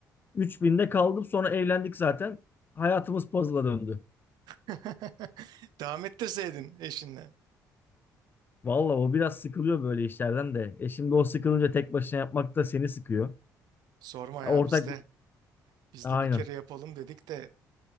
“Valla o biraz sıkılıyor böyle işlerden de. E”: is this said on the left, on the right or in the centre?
Left